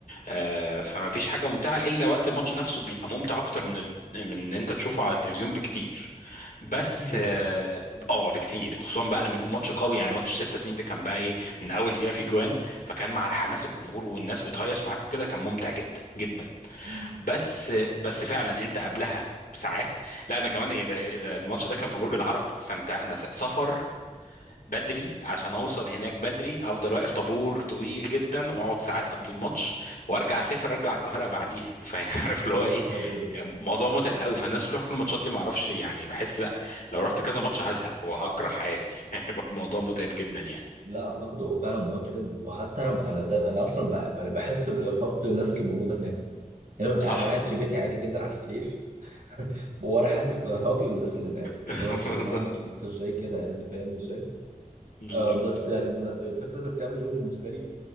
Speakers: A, on the left; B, on the right.
A: آه فما فيش حاجه ممتعه الا وقت الماتش نفسه بيبقى ممتع اكتر من من ان انت تشوفه على التلفزيون بكتير بس
B: بكتير
A: اه آه، بكتير خصوصا بقى لما يكون ماتش قوي يعني ماتش 6 2 ده كان بقى ايه من اول دقيقه في جوان فكان مع الحماس الجمهور والناس بتهيص معاك وكده كان ممتع جدا جدا
B: مم.
A: بس بس فعلا انت قبلها بساعات لا انا كمان ايه ده إيه ده الماتش ده كان في برج العرب فانت انا س- سفر بدري عشان اوصل هناك بدري افضل واقف طابور طويل جدا واقعد ساعات قبل الماتش وارجع اسافر ارجع القاهره بعديها <laughs> فعارف اللي
B: يا
A: هو ايه
B: نهار ابيض
A: موضوع متعب قوي فالناس بتروح كل الماتشات دي ما اعرفش يعني بحس لا لو رحت كذا ماتش هزهق وهكره حياتي <laughs> هيبقى الموضوع متعب جدا يعني
B: لا اعتقد هو فعلا متعب وحتى انا ب- انا ده انا اصلا بح- انا بحس بالارهاق للناس اللي موجوده هناك يعني ببقى
A: صح
B: انا قاعد
A: صح
B: في بيتي عادي جدا على السرير وانا حاسس بالارهاق للناس اللي هناك
A: <laughs>
B: فاللي هو انتوا
A: بالظبط
B: يا جماعه انتوا انتوا ازاي كده يعني فاهم ازاي
A: بالظبط
B: آه بس يعني بمنا- فكره الكامب ده بالنسبه لي